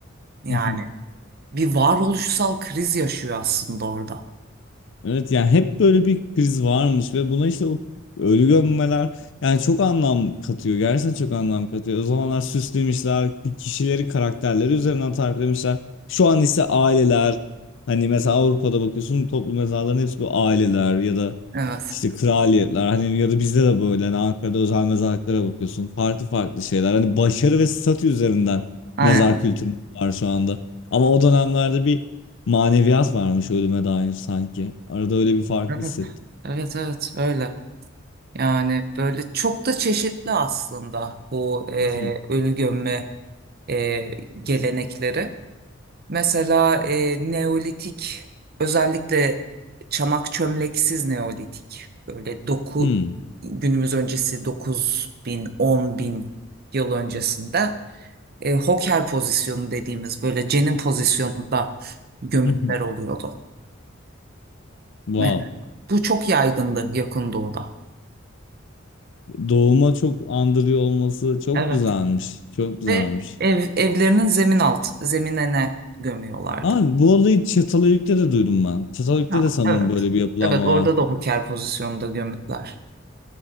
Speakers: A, on the right (about 50°); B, on the left (about 65°).
A: yani
B: <laughs>
A: bir varoluşsal kriz yaşıyor aslında orada.
B: Evet yani hep böyle bir kriz varmış ve buna işte o ölü gömmeler yani çok anlam katıyor. Gerçekten çok anlam katıyor. O zamanlar süslemişler, kişileri, karakterleri üzerinden tariflemişler. Şu an ise aileler hani mesela Avrupa'da bakıyorsun toplu mezarların hepsi bu aileler ya da
A: Evet.
B: işte kraliyetler hani ya da bizde de böyle hani Ankara'da özel mezarlıklara bakıyorsun. Farklı farklı şeyler. Hani başarı ve statü üzerinden
A: Aynen.
B: mezar kültürü var şu anda. Ama o dönemlerde bir maneviyat varmış ölüme dair sanki. Arada öyle bir fark
A: Evet.
B: hissettim.
A: Evet evet öyle. Yani böyle çok da çeşitli aslında bu e,
B: <laughs>
A: ölü gömme e, gelenekleri. Mesela e, Neolitik özellikle çanak çömleksiz Neolitik böyle doku
B: Hmm.
A: günümüz öncesi 9000 10000 yıl öncesinde e, hoker pozisyonu dediğimiz böyle cenin pozisyonunda gömütler
B: <laughs>
A: oluyordu.
B: Wow.
A: Ve Bu çok yaygındı Yakın Doğu'da.
B: Doğuma çok andırıyor olması çok
A: Evet.
B: güzelmiş. Çok güzelmiş.
A: Ve ev, evlerinin zemin alt, zeminine gömüyorlardı.
B: Aa, bu olayı Çatalhöyük'te de duydum ben. Çatalhöyük'te
A: Ha,
B: de sanırım
A: evet.
B: böyle bir yapılanma
A: Evet orada
B: var.
A: da hoker pozisyonunda gömütler.